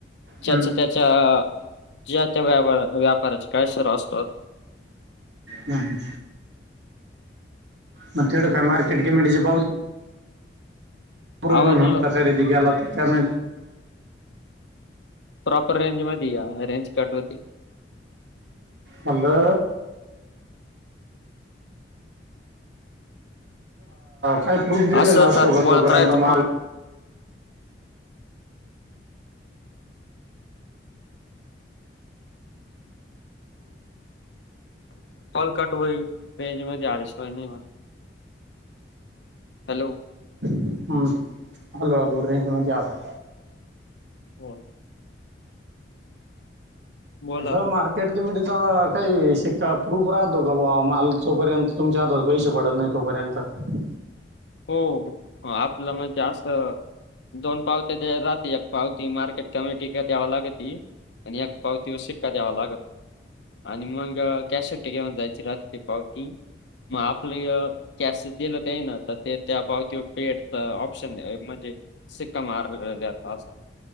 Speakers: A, on the left; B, on the right.
A: ज्याचं
B: हम्म.
A: त्याच्या जा त्या व्यापारात व्यापाराच काय सर असतोच.
B: हम्म मग तिकडं काय मार्केट कमिटीचे पावती प्रुफ
A: आवाज
B: म्हणून कसं आहे तीथ गेलात त्याच्याम
A: प्रॉपर रेंज मध्ये या. रेंज कट होते.
B: हॅलो! काय प्रूफ दिलेला
A: असंच
B: असतो ग
A: बोलत
B: तोपर्यंत?
A: राहिल तर
B: माल
A: <unintelligible> हॅलो.
B: हम्म अलो अलो रेंज मदी आलो.
A: हो. बोला
B: ब मार्केट मि काही शिक्का प्रूफ राहतो का बा तोपर्यंत तुमच्या हातात पैसे पडत नाही तोपर्यंत? पर्यंत
A: हो आपलं मग जास्त दोन पावते राह एक पावती मार्केट कमिटी का द्यावा लागती. आणि एक पावतीवर सिक्का द्यावा लागत. आणि मग कॅशकट घेऊन जायची रात्रीची पावती. मग आपलं कॅश दिलं ते ये ना. तर ते त्या पावती पेटच ऑप्शन म्हणजे सिक्का मार दचा अस